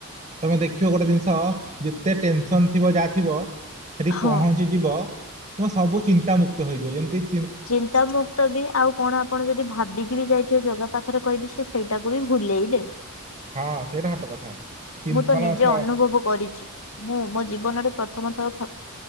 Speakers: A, on the right; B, on the left.
A: ତମେ ଦେଖିବ ଗୋଟେ ଜିନିଷ ଯେତେ ଟେନସନ୍ ଥିବ ଯାହା ଥିବ ସେଠି
B: ହଁ।
A: ପହ ଞ୍ଚିଯିବ ତୁମେ ସବୁ ଚିନ୍ତା ମୁୁକ୍ତ ହେଇଯିବ ଯେମତି
B: ଚିନ୍ତାମୁକ୍ତ ବି ଆଉ କଣ ଆପଣ ଯଦି ଭାବିକି ବି ଯାଇଥିବେ ଜଗା ପାଖରେ କହିବି ସେ ସେଇଟାକୁ ବି ଭୁଲେଇ ଦେବେ
A: ହଁ ସେଇଟା ସତ କଥା। ଚିନ୍ତ
B: ମୁଁ ତ
A: କଣ
B: ନିଜେ
A: ଚ
B: ଅନୁଭବ
A: ହୁଁ
B: କରିଛି ମୁଁ ମୋ ଜୀବନରେ ପ୍ରଥମ ଥର ଫ